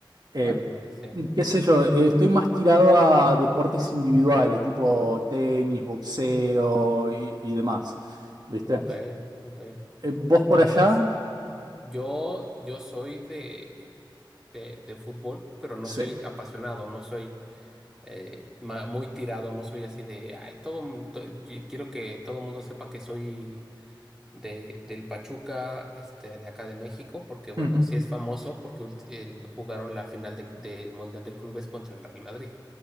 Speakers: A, on the right; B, in the centre.
A: Eh,
B: Vale, vale, sí.
A: qué sé yo, eh, estoy más tirado a deportes individuales, tipo tenis, boxeo y, y demás. ¿Viste?
B: Ok, ok.
A: Eh, ¿vos
B: Entonces,
A: por allá?
B: yo, yo soy de, de, de fútbol, pero no
A: Sí.
B: soy apasionado, no soy eh, ma- muy tirado, no soy así de, ay, todo, m- to- yo quiero que todo el mundo sepa que soy de, del Pachuca, este, de acá de México, porque bueno,
A: Ujú.
B: sí es famoso porque ulti- el- jugaron la final de- del Mundial de Clubes contra el Real Madrid.